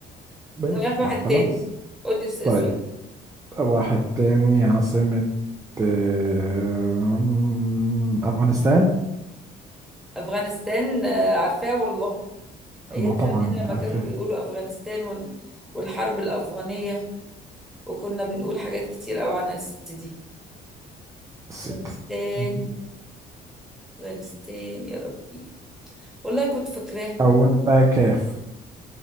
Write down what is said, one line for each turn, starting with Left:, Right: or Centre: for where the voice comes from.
Right: ماشي
Centre: طب هات واحد
Right: ما خلاص
Centre: تاني قول لي س- سؤال
Right: طيب واحد تاني عاصمة آه، م- افغانستان
Centre: افغانستان آه، عارفاه والله ايام
Right: ما طبعا
Centre: زمان
Right: انت
Centre: لما
Right: عارف
Centre: كانوا بيقولوا افغانستان وال... والحرب الافغانيه وكنا بنقول حاجات كتير قوي عن الست دي
Right: ستة
Centre: افغانستان
Right: مهم.
Centre: افغانستان يا ربي والله كنت فاكراه
Right: أولها كاف